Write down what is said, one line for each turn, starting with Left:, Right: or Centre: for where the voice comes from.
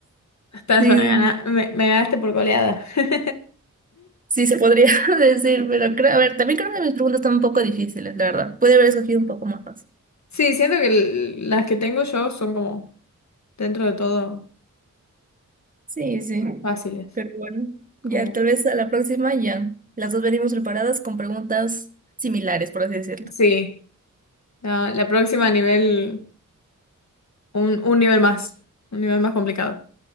Left: Estás,
Right: Sí,
Left: me, gana-
Right: sí,
Left: me- me ganaste por goleada. <laughs>
Right: Sí, se podría <laughs> decir, pero creo, a ver, también creo que mis preguntas están un poco difíciles, la verdad. Puede haber escogido un poco más fácil.
Left: Sí, siento que l- las que tengo yo son como, dentro de todo,
Right: Sí, sí.
Left: fáciles.
Right: Pero bueno,
Left: Como,
Right: ya tal vez a la próxima ya. Las dos venimos preparadas con preguntas similares, por así decirlo.
Left: sí, la, la próxima nivel, un, un nivel más, un nivel más complicado.